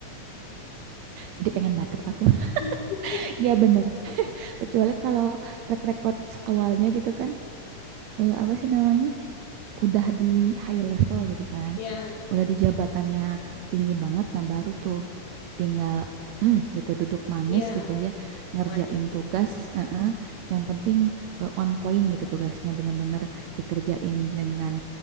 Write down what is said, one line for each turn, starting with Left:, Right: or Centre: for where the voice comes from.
Right: Jadi pengen batuk aku.
Left: <laughs>
Right: <laughs> Ya bener. Kecuali kalau track record awalnya gitu kan. eh, apa sih namanya? udah di high level gitu kan,
Left: Ya,
Right: udah di jabatannya tinggi banget, nah baru tuh tinggal hmm, gitu duduk manis
Left: iya.
Right: gitu ya, ngerjain
Left: Lanjut.
Right: tugas, eh-eh. Yang penting eh, on point gitu tugasnya bener-bener dikerjain dengan